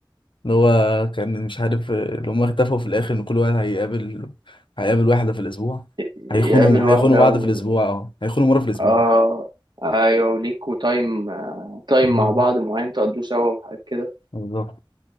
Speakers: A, on the left (about 70°); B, on the right (about 60°).
A: اللي هو كان مش عارف اللي هم اختفوا في الاخر ان كل واحد هيقابل هيقابل واحدة في الاسبوع
B: يقابل
A: هيخونوا
B: واحدة
A: هيخونوا بعض
B: و
A: في الاسبوع اه هيخونوا مرة في الاسبوع
B: اه ايوه وليكوا تايم آه، تايم
A: مم.
B: مع بعض معين تقضوه سوا وحاجات كده
A: بالظبط